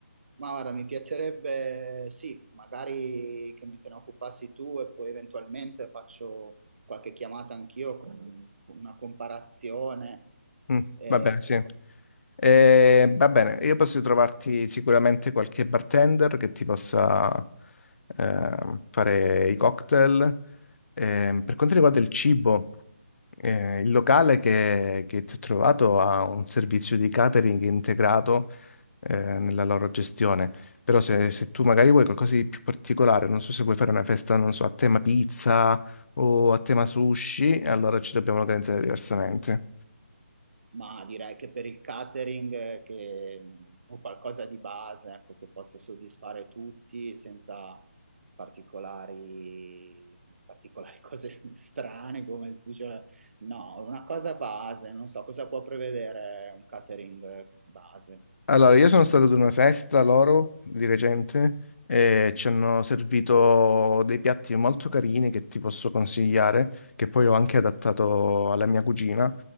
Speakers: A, on the right; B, on the left.
A: Ma guarda, mi piacerebbe, sì, magari che me te ne occupassi tu e poi eventualmente faccio qualche chiamata anch'io con, con una comparazione.
B: Mm,
A: eh,
B: va bene,
A: ecco.
B: sì. Eh,
A: Mm.
B: va bene, io posso trovarti sicuramente qualche bartender che ti possa eh, fare i cocktail. Eh, per quanto riguarda il cibo, eh, il locale che, che ti ho trovato ha un servizio di catering integrato eh, nella loro gestione. Però se, se tu magari vuoi qualcosa di più particolare, non so se vuoi fare una festa, non so, a tema pizza o a tema sushi, allora ci dobbiamo organizzare diversamente.
A: ma direi che per il catering eh, che, mh, o qualcosa di base, ecco, che possa soddisfare tutti senza particolari, particolari <laughs> cose strane come il sugo. No, una cosa base, non so cosa può prevedere un catering eh, base.
B: Allora, io sono stato ad una festa loro di recente e ci hanno servito dei piatti molto carini che ti posso consigliare, che poi ho anche adattato alla mia cugina.